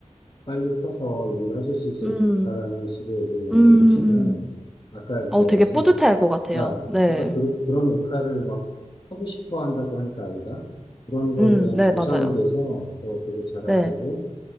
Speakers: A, on the left; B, in the centre.
A: 빨리 커서 이런 거 해줄 수 있어서
B: 음,
A: 좋다라는 식의 얘기를 많이
B: 음,
A: 해주시면 아까 이제
B: 어, 되게
A: 말씀하신
B: 뿌듯해 할 것 같아요.
A: 아,
B: 네.
A: 아까 그, 그런 역할을 막 하고 싶어 한다고 하니까 아이가 그런 거에
B: 음,
A: 대한
B: 네,
A: 보상이
B: 맞아요.
A: 돼서 더 되게 잘할
B: 네.
A: 거고